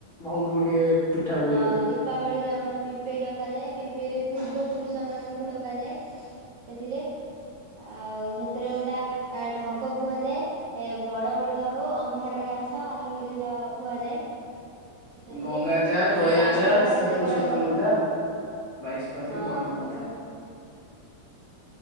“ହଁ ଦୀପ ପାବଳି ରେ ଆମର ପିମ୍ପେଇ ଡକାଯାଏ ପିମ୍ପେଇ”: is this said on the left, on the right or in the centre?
Right